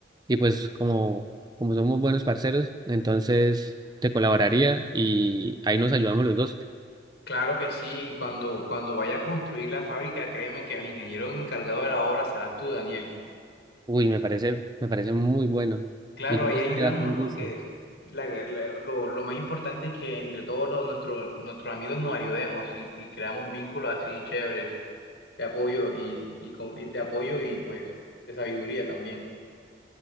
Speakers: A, on the right; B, on the left.
A: Y pues como, como somos buenos parceros, entonces te colaboraría y ahí nos ayudamos los dos.
B: Claro que sí, cuando, cuando vaya a construir la fábrica, créeme que al ingeniero encargado de la obra serás tú, Daniel.
A: Uy, me parece, me parece muy bueno.
B: Claro,
A: Y yo
B: ahí
A: estaría
B: ayudarnos
A: con gusto.
B: porque la- la- lo, lo más importante es que entre todos los- nuestros, nuestros amigos nos ayudemos y, y creamos vínculos así chéveres. de apoyo y, y, con- y de apoyo y pues de sabiduría también.